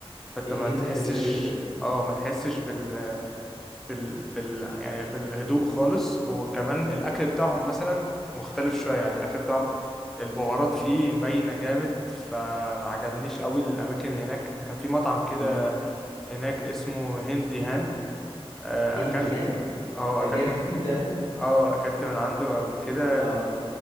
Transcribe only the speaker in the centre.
فانت
ما تحسش
اه ما تحسش بال بال... بال... يعني بالهدوء خالص وكمان الأكل بتاعهم مثلا مختلف شوية يعني الأكل بتاعهم البهارات فيه مبينة جامد فما عجبنيش قوي الأماكن هناك كان في مطعم كده
هناك اسمه هندي هان آه،
أكلت
اه
أكلت
اه أكلت من عنده قبل كده